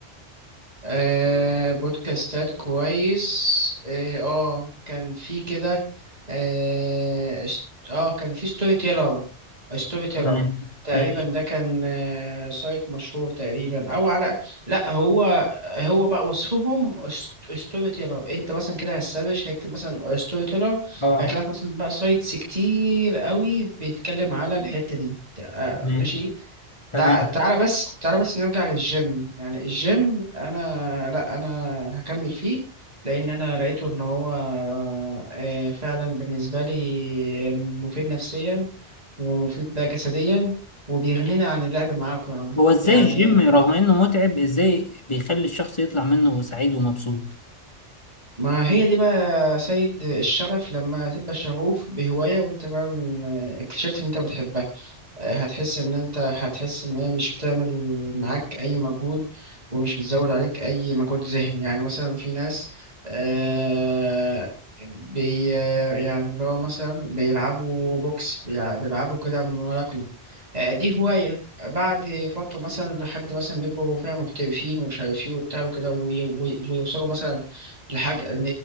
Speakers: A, on the right (about 35°); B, on the left (about 25°).
A: آه بودكاستات كويس اه آه، كان في كده اه اشت- آه، كان في ستوري تيلر ستوري تيلر
B: تمام
A: تقريبا
B: ماشي
A: ده كان آه سايت مشهور تقريبا او على لا هو هو بقى وصفهم ست- ستوري تيلر انت مثلا كده هتسرش هيكتب مثلا ستوري تيلر
B: اه
A: هيطلع لك مثلا بقى سايتس كتير قوي بيتكلم على الحتة دي آه
B: تمام
A: ماشي
B: تمام
A: تع- تعالى بس تعالى بس نرجع للجيم يعني الجيم انا لا انا هكمل فيه لان انا لقيته ان هو آه، فعلا بالنسبه لي مفيد نفسيا ومفيد بقى جسديا وبيغنينا عن اللعب معاكم يا عم
B: هو ازاي
A: يعني
B: الجيم رغم انه متعب ازاي بيخلي الشخص يطلع منه سعيد ومبسوط
A: ما هي دي بقى يا سيد الشغف لما تبقى شغوف بهواية وانت فعلا آه، اكتشفت ان انت بتحبها آه، هتحس ان انت هتحس ان هي مش بتعمل معاك اي مجهود ومش بتزود عليك اي مجهود ذهني يعني مثلا في ناس آه بي آه، يعني اللي هو مثلا بيلعبوا بوكس بيلع- بيلعبوا كده ملاكمة آه، دي هواية بعد فترة مثلا لحد مثلا بيبقوا فيها محترفين ومش عارف ايه وبتاع وكده وي- وي- ويوصلوا مثلا لحاجة